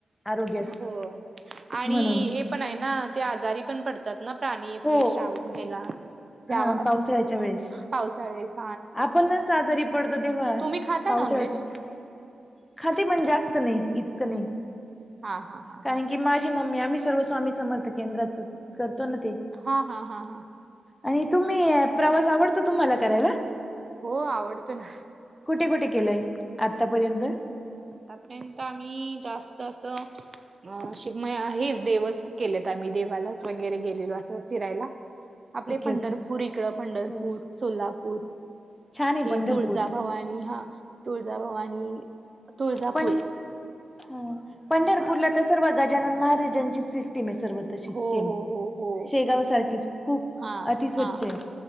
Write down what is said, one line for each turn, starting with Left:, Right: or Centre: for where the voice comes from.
Left: आरोग्यास
Right: हो. आणि
Left: म्हणून
Right: हे पण आहे ना ते आजारी पण पडतात ना प्राणी अपले
Left: हो
Right: श्राव मला या
Left: हा पावसाळ्याच्या वेळेस
Right: पावसाळे <unintelligible>
Left: आपणच आजरी पडतो तेव्हा
Right: तुम्ही खाता
Left: पावसाळ्याचे
Right: नॉनव्हेज?
Left: खाती म्हण जास्त नाही इतकं नाही
Right: हा हा हा
Left: कारण
Right: हा
Left: की माझी मम्मी आम्ही सर्व स्वामी समर्थ केंद्राच करतो ना ते
Right: हा हा हा हा
Left: आणि तुम्ही प्रवास आवडतो तुम्हाला करायला
Right: हो आवडतो ना
Left: कुठे कुठे केलंय आतापर्यंत
Right: तापर्यंत आम्ही जास्त असं <unintelligible> आहे देवच केलेत आम्ही देवाला वगैरे गेलेलो असं फिरायला आपले
Left: ओके
Right: पंढरपूर
Left: ओके
Right: इकडं पंढरपूर
Left: हो
Right: सोलापूर
Left: छान आहे
Right: हे
Left: पंढरपूर
Right: तुळजाभवानी हा तुळजाभवानी तुळजापूर
Left: प ह पंढरपूरला
Right: हा
Left: तस सर्व गजानन महाराजांची सिस्टीम आहे सर्व तशीच
Right: हो
Left: सेम
Right: हो हो हो
Left: शेगाव सारखीच खूप
Right: हा
Left: अतिस्वच्छ
Right: हा
Left: आहे